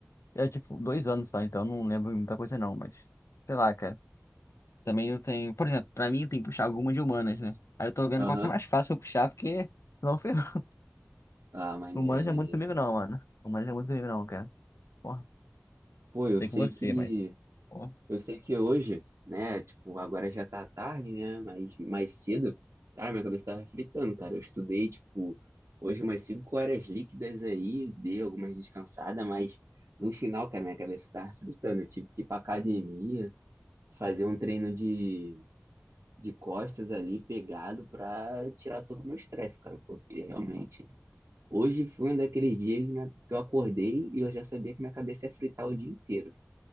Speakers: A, on the left (about 80°); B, on the right (about 85°).
A: Eu tive dois anos só, então não lembro muita coisa, não. Mas, sei lá, cara. Também eu tenho. Por exemplo, pra mim tem que puxar alguma de humanas, né? Aí eu tô vendo
B: Aham.
A: qual que é mais fácil eu puxar, porque. Não sei. <laughs>
B: Ah, maneiro,
A: não. Humanas
B: maneiro.
A: é muito comigo, não, mano. Humanas é muito comigo, não, cara. Porra,
B: Pô, eu
A: sei
B: sei
A: com você,
B: que
A: mas. Porra.
B: eu sei que hoje, né, tipo, agora já tá tarde, né, mas mais cedo, cara, minha cabeça tava fritando, cara. Eu estudei, tipo, hoje umas cinco horas líquidas aí, dei algumas descansadas, mas no final, cara, minha cabeça tava fritando. Eu tive que ir pra academia, fazer um treino de de costas ali, pegado, pra tirar todo o meu estresse, cara, porque realmente. Hoje foi um daqueles dias que minha- que eu acordei e eu já sabia que minha cabeça ia fritar o dia inteiro.